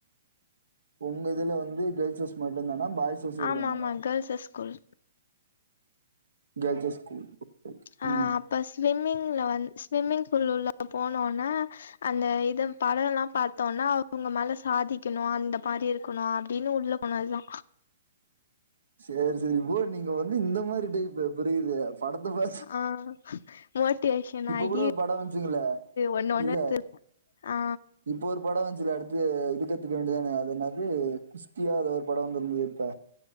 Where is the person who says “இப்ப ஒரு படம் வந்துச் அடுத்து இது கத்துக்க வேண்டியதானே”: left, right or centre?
Right